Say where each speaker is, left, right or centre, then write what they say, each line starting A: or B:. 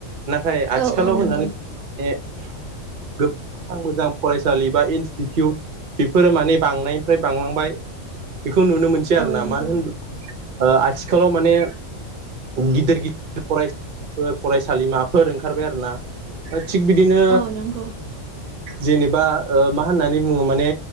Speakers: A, on the right; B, on the right.
A: नाथाय आथिखालाव
B: औ औ नंगौ
A: होननानै <unintelligible> <unintelligible> मोजां फरायसालि बा इनस्टिटिउट बेफोरो माने बांनायनिफ्राय बांलांबाय बेखौ नुनो मोनसै आरोना
B: औ नंगौ
A: मानो होन <unintelligible> ओ आथिखालाव माने गिदिर गिदिर फरायसाफोर फरायसालिमाफोर ओंखारबाय आरोना। ओ थिग बिदिनो
B: औ नंगौ
A: जेनेबा ओ मा होननानै बुङो माने